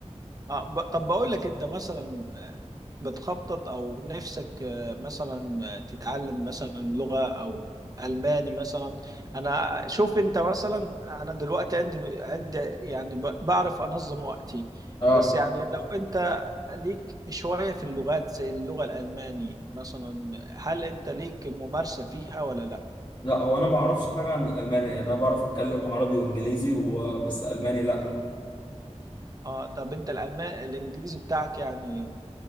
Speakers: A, on the right; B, on the left.
A: اه ب... طب بقول لك انت مثلا آه، بتخطط او نفسك آه، مثلا آه، تتعلم مثلا لغة او الماني مثلا انا شوف انت مثلا انا دلوقتي عندي عندي يعني ب... بعرف انظم وقتي
B: اه
A: بس يعني لو انت ليك شوية في اللغات زي اللغة الالماني مثلا هل انت ليك ممارسة فيها ولا لا
B: لا هو انا ما اعرفش حاجه عن الالماني يعني انا بعرف اتكلم عربي وانجليزي وبس الماني لا
A: اه طب انت الالماني الانجليزي بتاعك يعني